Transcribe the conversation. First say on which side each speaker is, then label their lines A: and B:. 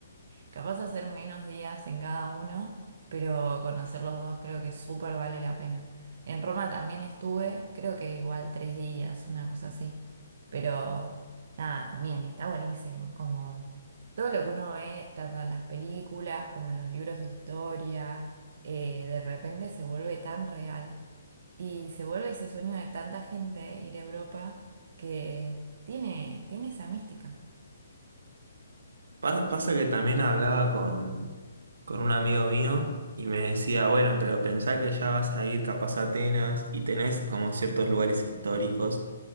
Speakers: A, on the right; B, on the right.
A: Capaz hacer menos días en cada uno, pero conocer los dos creo que súper vale la pena. En Roma también estuve, creo que igual tres días, una cosa así. Pero nada, también está buenísimo. Es como todo lo que uno ve, tanto en las películas como en los libros de historia, eh, de repente se vuelve tan real y se vuelve ese sueño de tanta gente ir a Europa que tiene, tiene esa mística.
B: Pa- pasa que también hablaba con, con un amigo mío y me decía, bueno, pero pensá que ya vas a ir capaz a Atenas y tenés como ciertos lugares históricos